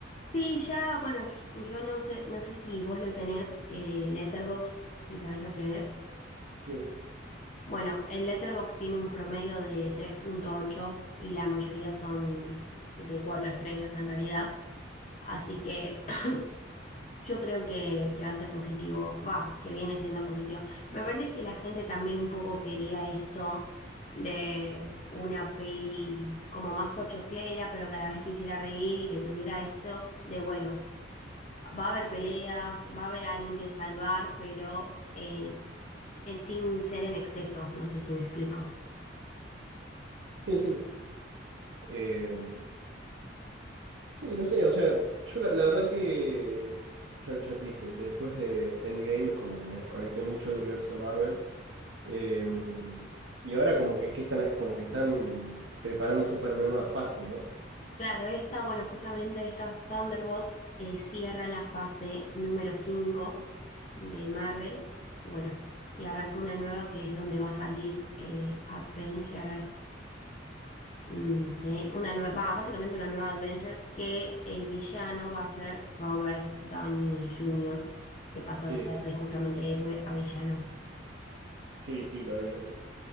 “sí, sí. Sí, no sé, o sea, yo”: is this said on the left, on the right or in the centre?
Right